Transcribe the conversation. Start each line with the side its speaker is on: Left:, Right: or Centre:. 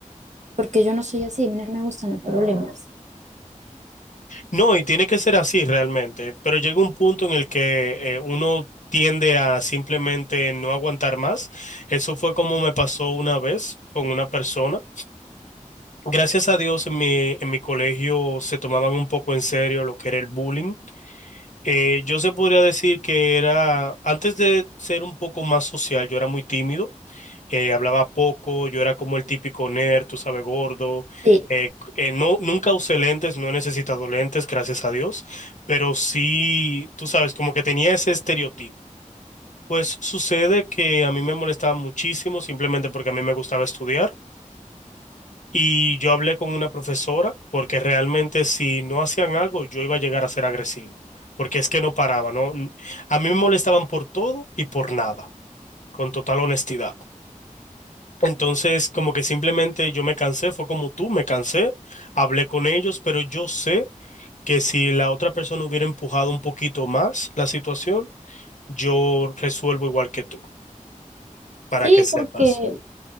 Right: porque yo no soy así, a mí no me gustan los problemas.
Left: No, y tiene que ser así realmente, pero llega un punto en el que eh, uno tiende a simplemente no aguantar más. Eso fue como me pasó una vez con una persona. Gracias a Dios en mi, en mi colegio se tomaban un poco en serio lo que era el bullying. Eh, yo se podría decir que era, antes de ser un poco más social, yo era muy tímido, eh, hablaba poco, yo era como el típico nerd, tú sabes, gordo,
Right: Sí,
Left: eh, c- eh, no, nunca usé lentes, no he necesitado lentes, gracias a Dios, pero sí, tú sabes, como que tenía ese estereotipo. Pues sucede que a mí me molestaba muchísimo simplemente porque a mí me gustaba estudiar. Y yo hablé con una profesora porque realmente si no hacían algo yo iba a llegar a ser agresivo, porque es que no paraba, ¿no? N- A mí me molestaban por todo y por nada, con total honestidad. Entonces, como que simplemente yo me cansé, fue como tú, me cansé, hablé con ellos, pero yo sé que si la otra persona hubiera empujado un poquito más la situación, yo resuelvo igual que tú, para
Right: Sí,
Left: que sepas.
Right: porque